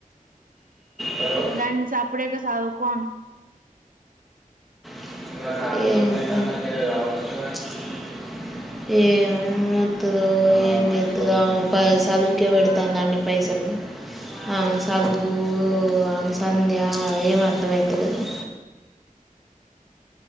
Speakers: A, in the centre; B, on the right (about 70°).
A: హలో?
B: దానన్ని సప్పుడేక సదువుకో అను
A: హు ఏం వత్తదో ఏం చేత్తదో ఆమె ప చదువుకే పెడుతంది అన్ని పైసలు ఆమె చదువు ఆమె సంధ్య ఏం అర్థమయితలేదు